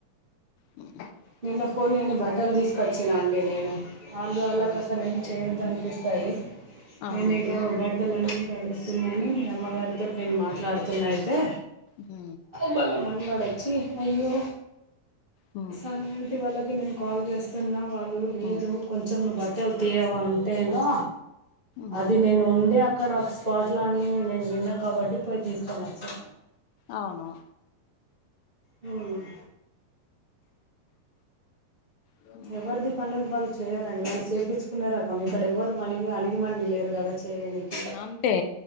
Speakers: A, on the left (about 80°); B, on the right (about 35°).
A: అ
B: నిన్న పోనీ అని బట్టలు తీసుకొచ్చిన అండి నేను వాళ వాళ్ళకి
A: ఆ
B: అసలు ఏం చేయొద్దంట చేస్తారు కానీ
A: అవును
B: ఇక బట్ లన్నీ తడుస్తున్నాయని మీ అమ్మగారితోటి నేను మాట్లాడుతున్నా అయితే
A: హ
B: వాళ్ళ మనవడు అచ్చి అయ్యో
A: హ్మ్
B: కానింటి వాళ్ళకి నేను కాల్ చేస్తున్నా వాళ్ళు లేరు
A: హ్మ్
B: కొంచెం నువ్వు బట్టలు తీయవా అంటేగా
A: హ్మ్
B: అది నేను ఉండి అక్కడ వాట్ల అని నేను విన్నా కాబట్టి పోయి తీసుకోని వచ్చిన
A: అవును
B: హ్మ్మ్
A: హ్మ్
B: ఎవరిది పనులు వాళ్ళు చేయరండి, వాళ్ళు చేపించుకునే రకం ఇక్కడ ఎవరు వనిగి అణగి మనిగి లేరు కద చేయనికి
A: అంతే